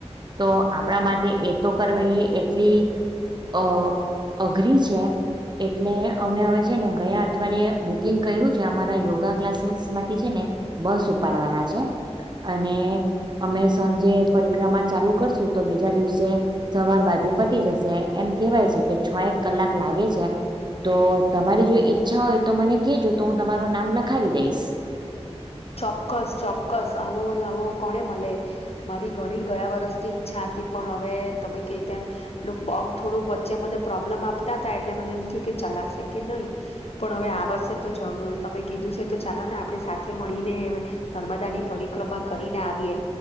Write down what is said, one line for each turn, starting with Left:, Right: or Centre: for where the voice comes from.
Right: તો આપણા માટે એ તો કરવાઈ એટલી અ અઘરી છે, એટલે અમે હવે છે ને ગયા અઠવાડિયે બુકિંગ કર્યું છે, અમારા યોગા ક્લાસમેસ માંથી છે ને બસ ઉપાડવાના છે અને અમે સાંજે પરિક્રમા ચાલુ કરશું તો બીજા દિવસે સવાર બાજુ પતી જશે એમ કહેવાય છે કે છ એક કલાક લાગે છે તો તમારી જો ઈચ્છા હોય તો મને કેજો તો હું તમારું નામ લખાવી દઈશ
Left: ચોક્કસ ચોક્કસ આવો લો કોને મળે મારી ઘણી ગયા વરષની ઈચ્છા હતી પણ હવે તમે ક તેમ પગ થોડુંક વચ્ચે મને પ્રોબ્લેમ આપતા હતા એટલે મને એમ થયું કે ચલાશે કે નહીં પણ હવે આ વર્ષે તો જ તમે કીધું છે તો ચાલો ને આપણે સાથે મળીને નર્મદાની પરિક્રમા કરીને આવીએ